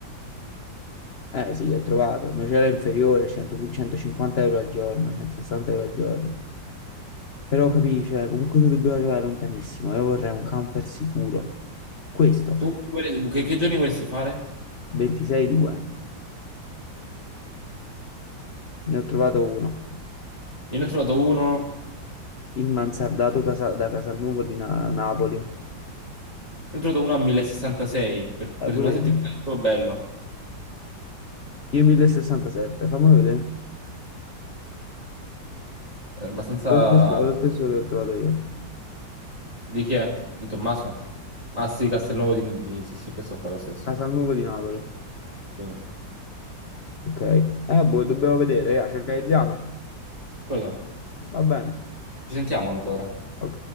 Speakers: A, on the left; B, on the right.
A: Eh sì, ho trovato, ma c'era inferiore, 100 150 euro al giorno, 160 euro al giorno. Però capisci, cioè, comunque noi dobbiamo arrivare lontanissimo. Io vorrei un camper sicuro. Questo,
B: Tu vole- che, che giorni vorresti fare?
A: 26,2, ne ho trovato uno.
B: Io ne ho trovato uno,
A: Il mansardato casa- da Casalnuovo di Na- Napoli.
B: ne ho trovato uno a 1066 per, per
A: Eh, pure
B: una settimana,
A: io.
B: è proprio bello.
A: Io 1067, fammelo vedere.
B: È abbastanza...
A: È Lo stesso, è lo stesso che ho trovato io.
B: Di chi è? Di Tommaso? Ah sì, Castelnuovo di... di- Sì, sì, questo qua è lo stesso.
A: Casalnuovo di Napoli.
B: Sì.
A: Ok. Eh, boh, dobbiamo vedere, eh, ci organizziamo.
B: Quello.
A: Va bene.
B: Ci sentiamo allora.
A: Ok.